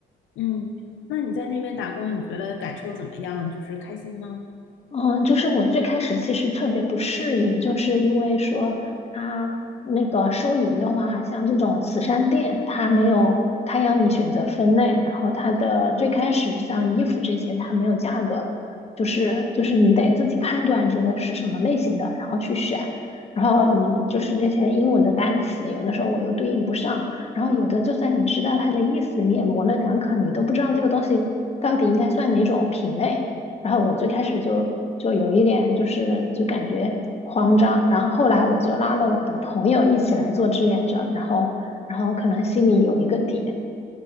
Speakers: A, on the left (about 75°); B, on the left (about 30°).
A: 嗯，那你在那边打工，你觉得感受怎么样？就是开心吗？
B: 嗯，就是我最开始其实特别不适应，就是因为说他那个收银的话，像这种慈善店，他没有，他要你选择分类，然后它的最开始像衣服这些，它没有价格，就是就是你得自己判断这个是什么类型的，然后去选，然后你就是这些英文的单词，有的时候我又对应不上，然后有的就算你知道它的意思，你也模棱两可，你都不知道这个东西到底应该算哪种品类。然后我最开始就就有一点就是就感觉慌张，然后后来我就拉了我的朋友一起来做志愿者，然后然后可能心里有一个底。